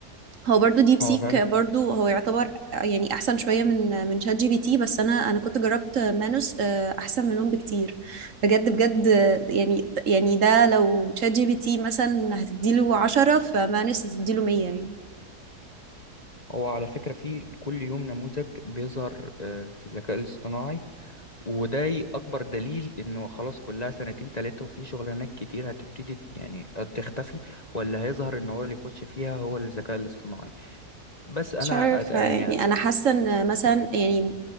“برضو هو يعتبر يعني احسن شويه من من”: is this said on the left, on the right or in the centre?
Right